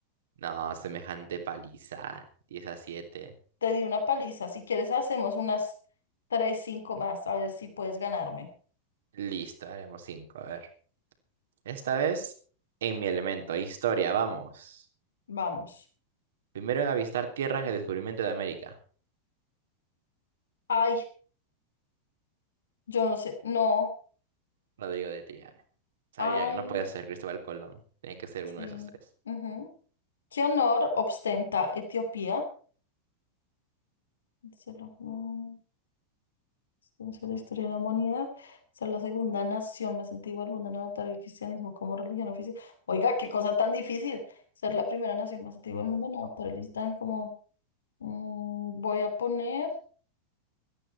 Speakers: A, on the right; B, on the left.
A: No, semejante paliza. 10 a 7.
B: Te di una paliza. Si quieres, hacemos unas tres, cinco más. A ver si puedes ganarme.
A: Listo, haremos 5. A ver. Esta vez en mi elemento, historia, vamos.
B: Vamos.
A: Primero en avistar tierra en el descubrimiento de América.
B: Ay, yo no sé. No.
A: Rodrigo de Triana. Sabía
B: Ay,
A: que no podía ser Cristóbal Colón. Tenía que ser
B: sí.
A: uno de esos tres.
B: ujú. ¿Qué honor ostenta Etiopía? Se lo- mm, Inició la historia de la humanidad. Ser la segunda nación más antigua del mundo en adoptar el cristianismo como religión oficial. Oiga, qué cosa tan difícil. Ser la primera nación más antigua del mundo en adoptar el Islam como. mm, voy a poner.